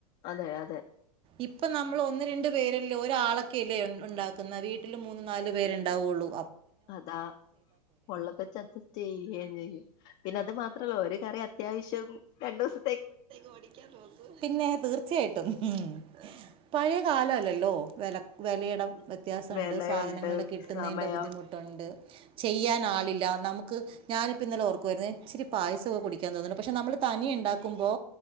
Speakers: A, on the left; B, on the right.
A: അതെ അതെ
B: ഇപ്പൊ നമ്മൾ ഒന്ന് രണ്ടു പേരെല്ല ഒരാളൊക്കല്ലേ ഉണ്ടാക്കുന്ന വീട്ട വീട്ട മൂന്ന് നാല് പേര് ഉണ്ടാവയുള്ളൂ
A: അതാ ഉള്ളപ്പച്ച് അഡ്ജസ്റ്റ് ചെയ്യുകന്ന് ചെയ്യും പിന്നെ അത് മാത്രല്ല ഒ കറി അത്യാവശ്യം രണ്ടു ദിവസ
B: ഓ പിന്നെ തീർച്ചയായിട്ടും ഉ പഴയ കാലല്ലല്ലോ വില വിലയുടെ വ്യത്യാസമുണ്ട്
A: വിലയുണ്ട്
B: സാധനങ്ങളൾ കിട്ടുന്നതിൻ്റെ
A: സമയം
B: ബുദ്ധിമുട്ട് ട്ടുണ്ട് ചെയ്യാൻ ആളില്ല നമുക്ക് ഞാനിപ്പോഇന്നലെ ഓർക്കായിരുന്നുഇച്ചിരി പായസക്കെ കുടിക്കാൻ തോന്നുന്നു പക്ഷെ നമ്മൾ തനി ഉണ്ടാക്കുമ്പോ